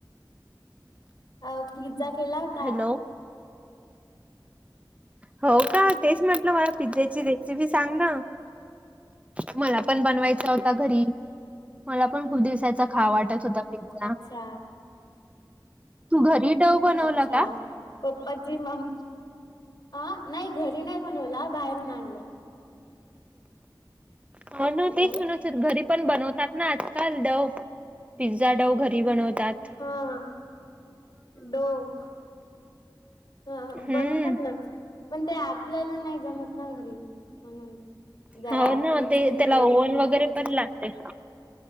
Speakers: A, on the left (about 65°); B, on the right (about 15°).
A: अ पिझ्झा केला होता.
B: हॅलो हो का तेच म्हटलं मला पिझ्झाची रे सीपी सांग ना, मला पण बनवायचा होता घरी. मला पण खूप दिवसाचा खाव वाटत होता पिझ्झा.
A: अच्छा
B: तू घरी डव बनवला
A: अच्छा
B: का?
A: पप्पाची मम अ नाही घरी नाही बनवला बाहेरून आणलाय.
B: म्हणून
A: हॅलो
B: तेच मग. तेच घरी पण बनवतात ना आजकाल डव पिझ्झा डव घरी बनवतात.
A: हां डोख हां
B: हम्म
A: बनवतात ना, पण ते आपल्याला नाही जमत ना घरी म्हणून. जरा
B: हो ना
A: विचकून
B: ते त्याला
A: जाईल
B: ओव्हन
A: म्हणून
B: वगैरे पण लागतेय.